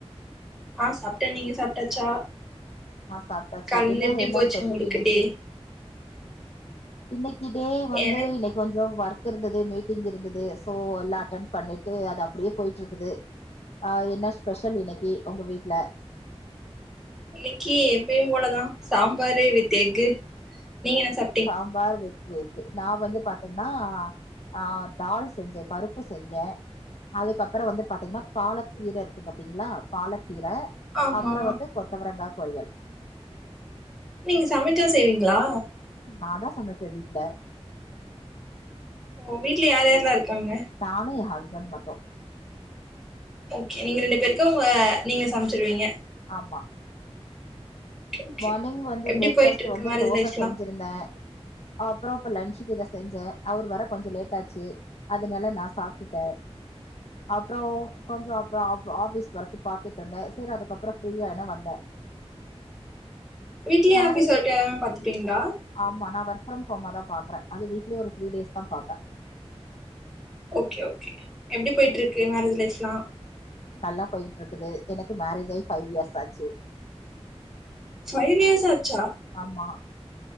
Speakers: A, in the centre; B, on the left.
A: ஆ சாப்ட நீங்க சாப்ட்டாச்சா
B: ஆ சாப்ட்டாச்சு
A: கால்லேந்து
B: என்ன
A: எப்டி
B: என்ன
A: போச்சு
B: ஸ்பெஷல்
A: உங்களுக்கு
B: இன்னைக்கு
A: டே
B: இன்னைக்கு டே வந்து
A: எனக்கு
B: இனை கொஞ்சோ ஒர்க் இருந்தது மீட்டிங் இருந்தது சோ எல்லா அட்டன்ட் பண்ணிட்டு அது அப்டியே போயிட்ருக்குது ஆ என்ன ஸ்பெஷல் இன்னைக்கு உங்க வீட்ல
A: இன்னைக்கு எப்பயு போலதா சாம்பாரு வித் எக்கு நீங்க என்ன சா
B: சாம்பார் வித் நா வந்து பாத்தீங்னா ஆ டால் செஞ்ச பருப்பு செஞ்ச அதுக்கப்றோ வந்து பாத்தீங்னா பாலக்கீர இருக்கு பாத்தீங்களா பாலக்கீர
A: ஆமா
B: அப்றோ வந்து கொத்தவரங்கா பொரியல்
A: நீங்க சமைக்க செய்வீங்களா
B: ம் நா தா சமைப்பே வீட்ல
A: ஓ வீட்ல யார் யார்லா இருக்காங்க
B: நானு எ ஹஸ்பண்ட் மட்டு
A: ஓகே நீங்க ரெண்டு பேர்க்கு உங்க நீங்ளே சமச்சிருவீங்க
B: ஆமா
A: ஓகே ஓகே
B: மார்னிங் வந்து
A: எப்டி
B: பிரேக்
A: போயிட்டு
B: ஃபஸ்ட்
A: இருக்கு
B: வந்து
A: மேரேஜ்
B: தோச
A: லைஃப்லா
B: செஞ்சிருந்தே அப்றோ இப்ப லன்ஞ்சுக்கு இத செஞ்ச அவர் வர கொஞ்சோ லேட்டாச்சு அதுனால நா சாப்ட்டே அப்றோ கொஞ்சோ அப்றோ ஆப் ஆஃபீஸ் ஒர்க்கு பாத்துட்ருந்தே சேரி அதுக்கப்றோ ஃப்ரீயான வந்தே
A: வீட்லியே
B: மேரேஜ்
A: ஆஃபிஸ் ஒர்க்கு எல்லாமே பாத்துப்பிங்ளா
B: ஆமா நா ஒர்க் ஃப்ரம் ஹோமாதா பாக்குறே அது வீட்லே ஒரு த்ரீ டேஸ் தா பாப்பே
A: ஓகே ஓகே எப்டி போய்ட்ருக்கு மேரேஜ் லைஃப்லா
B: நல்லா போயிட்ருக்குது எனக்கு மேரேஜ் ஆயி ஃபைவ் இயர்ஸ் ஆச்சு
A: ஃபைவ் இயர்ஸ் ஆச்சா
B: ஆமா